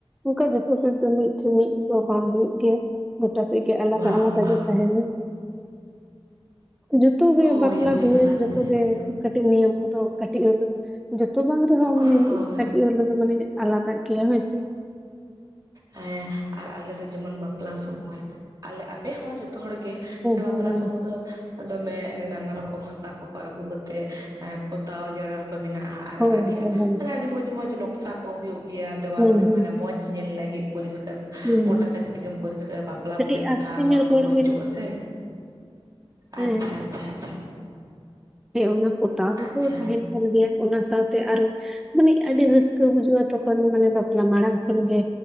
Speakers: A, in the centre; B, on the right.
A: ᱚᱝᱠᱟ ᱡᱚᱛᱚ ᱥᱮᱫ ᱫᱚ ᱢᱤᱫ ᱴᱷᱮᱡ ᱢᱤᱫ ᱫᱚ ᱵᱟᱝ ᱦᱩᱭᱩᱜ ᱜᱮᱭᱟ᱾ ᱜᱚᱴᱟ ᱥᱮᱫ ᱜᱮ ᱟᱞᱟᱫᱟ
B: ᱵᱟᱝ
A: ᱟᱞᱟᱫᱟ
B: ᱵᱟᱝ
A: ᱜᱮᱭ ᱛᱟᱦᱮᱸᱱᱟ᱾ ᱡᱚᱛᱚ ᱜᱮ
B: ᱦᱳᱭ
A: ᱵᱟᱯᱞᱟ
B: ᱦᱳᱭ
A: ᱵᱤᱦᱟᱹ
B: ᱟᱞᱟᱫᱟ
A: ᱡᱚᱛᱚ
B: ᱛᱟᱦᱮᱱ
A: ᱜᱮ,
B: ᱜᱮᱭᱟ
A: ᱠᱟᱹᱴᱤᱡ ᱱᱤᱭᱚᱢ ᱠᱚᱫᱚ, ᱠᱟᱹᱴᱤᱡ ᱦᱚᱸ ᱫᱚ ᱡᱚᱛᱚ ᱵᱟᱝ ᱨᱮᱦᱚᱸ,
B: ᱦᱳᱭ
A: ᱢᱟᱱᱮ ᱢᱤᱫ ᱚᱱᱟᱫᱚ ᱢᱟᱱᱮ ᱟᱞᱟᱫᱟ ᱜᱮᱭᱟ, ᱦᱳᱭ ᱥᱮ᱾
B: ᱦᱮᱸ ᱟᱨ ᱟᱞᱮ ᱫᱚ ᱡᱮᱢᱚᱱ ᱵᱟᱯᱞᱟ ᱥᱚᱢᱚᱭ, ᱟᱞᱮ ᱟᱯᱮ ᱦᱚᱸ ᱡᱚᱛᱚ ᱦᱚᱲ ᱜᱮ, ᱱᱚᱣᱟ
A: ᱦᱮᱸ
B: ᱵᱟᱯᱞᱟ ᱥᱚᱢᱚᱭ ᱫᱚ ᱫᱚᱢᱮ ᱮᱱᱮ ᱱᱟᱱᱟ ᱨᱚᱠᱚᱢ ᱦᱟᱥᱟ ᱠᱚᱠᱚ ᱟᱹᱜᱩ ᱠᱟᱛᱮᱜ, ᱮᱸ ᱯᱚᱛᱟᱣ ᱡᱮᱨᱮᱲ ᱠᱚ ᱢᱮᱱᱟᱜᱼᱟ ᱦᱟᱜ᱾ ᱟᱨ
A: ᱦᱳᱭ
B: ᱟᱹᱰᱤ,
A: ᱦᱳᱭ ᱦᱳᱭ ᱦᱮᱸ
B: ᱟᱨ ᱟᱹᱰᱤ ᱢᱚᱡᱽ ᱢᱚᱸᱡᱽ ᱱᱚᱠᱥᱟ ᱠᱚ ᱦᱩᱭᱩᱜ ᱜᱮᱭᱟ ᱫᱮᱣᱟᱞ
A: ᱦᱮᱸ
B: ᱨᱮ
A: ᱦᱮᱸ
B: ᱢᱟᱱᱮ ᱢᱚᱸᱡᱽ ᱧᱮᱞ ᱞᱟᱹᱜᱤᱫ, ᱯᱚᱨᱤᱥᱠᱟᱨ
A: ᱦᱮᱸ
B: ᱜᱚᱴᱟ
A: ᱦᱮᱸ
B: ᱪᱟᱹᱨᱤ ᱫᱤᱠᱮᱢ ᱯᱚᱨᱤᱥᱠᱟᱨᱟ, ᱵᱟᱯᱞᱟ
A: ᱠᱟᱹᱴᱤᱡ
B: ᱵᱚᱞᱮ ᱠᱟᱛᱷᱟ,
A: ᱟᱥᱛᱮ ᱧᱚᱜ
B: ᱦᱚᱲ ᱠᱚᱠᱚ
A: ᱨᱚᱲ ᱵᱮᱱ
B: ᱦᱤᱡᱩᱜᱼᱟ ᱥᱮ᱾
A: ᱦᱮᱸ
B: ᱟᱪᱪᱷᱟ, ᱟᱪᱪᱷᱟ, ᱟᱪᱪᱷᱟ᱾
A: ᱦᱮᱸ ᱚᱱᱟ ᱯᱚᱛᱟᱣ ᱫᱚᱛᱚ
B: ᱟᱪᱪᱷᱟ
A: ᱛᱟᱦᱮᱸᱱ ᱠᱟᱱ ᱜᱮᱭᱟ ᱚᱱᱟ ᱥᱟᱶᱛᱮ ᱟᱨᱚ ᱢᱟᱱᱮ ᱟᱹᱰᱤ ᱨᱟᱹᱥᱠᱟᱹ ᱵᱩᱡᱚᱜᱼᱟ, ᱛᱚᱠᱷᱚᱱ ᱢᱟᱱᱮ ᱵᱟᱯᱞᱟ ᱢᱟᱲᱟᱝ ᱠᱷᱚᱱ ᱜᱮ᱾